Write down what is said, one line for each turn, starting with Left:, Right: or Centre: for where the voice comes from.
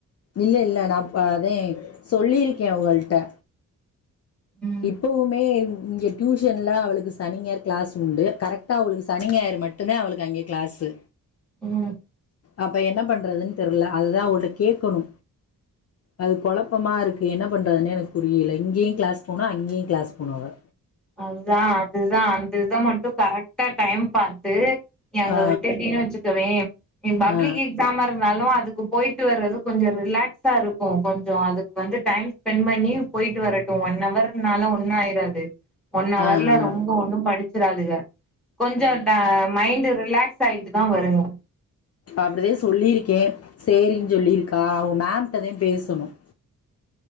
Left: இல்ல இல்ல நா அதே சொல்லிருக்கே அவுங்கள்ட்ட
Centre: ம்
Left: இப்போவுமே இங்க டியூஷன்லா அவளுக்கு சனி ஞாயிறு க்ளாஸ் உண்டு கரெக்டா அவளுக்கு சனி ஞாயிறு மட்டுந்தா அவளுக்கு அங்க க்ளாஸு
Centre: ம்
Left: அப்ப என்ன பண்றதுன்னு தெர்ல அதுதா அவுங்கள்ட்ட கேக்கனு அது கொழப்பமா இருக்கு என்ன பண்ணுறதுனே எனக்கு புரியில இங்கயு க்ளாஸ் போணு அங்கியு க்ளாஸ் போணு அவ
Centre: அதுதா அதுதா அந்த இத மட்டு கரெக்டா டைம் பாத்து நீ அங்க
Left: ஆ
Centre: விட்டுடீன்னு வச்சு க்கவே நீ பப்ளிக்
Left: ஆ
Centre: எக்ஸாம இரு னாலும் அதுக்கு போயிட்டு வர்றது கொஞ்சம் ரிலாக்ஸா இருக்கும் கொஞ்சம் அதுக்கு வந்து டைம் ஸ்பெண்ட் பண்ணி போயிட்டு வரட்டும் ஒன்னவர்னால ஒண்ணும் ஆயிராது ஒன்னவர்ல
Left: ஆ ஆ
Centre: ரொம்ப ஒண்ணும் படிச் ச்சிராதுக கொஞ்சம்
Left: ஆ
Centre: ட மைண்டு ரிலாக்ஸ் ஆயிட்டு தான் வருங்க
Left: அப்டிதே சொல்லியிருக்கே சேரின்னு
Centre: ம்
Left: சொல்லியிருக்கா அவங்க மேம்ட்டதே பேசணும்